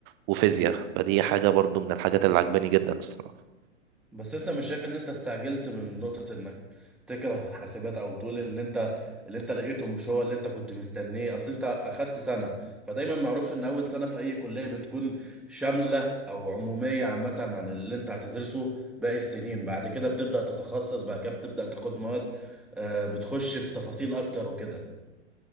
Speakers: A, on the right; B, in the centre.
A: وفيزياء فدي حاجه برضو من الحاجات اللي عجباني جدا الصراحه
B: بس انت مش شايف ان انت استعجلت من نقطة انك تكره حاسبات او تقول ان انت اللي انت لقيته مش هو اللي انت كنت مستنيه اصل انت اخدت سنة فدايما معروف ان اول سنة في اي كلية بتكون شاملة او عمومية عامة عن اللي انت هتدرسه باقي السنين بعد كده بتبدأ تتخصص بعد كده بتبدأ تاخد مواد آه، بتخش في تفاصيل اكتر وكده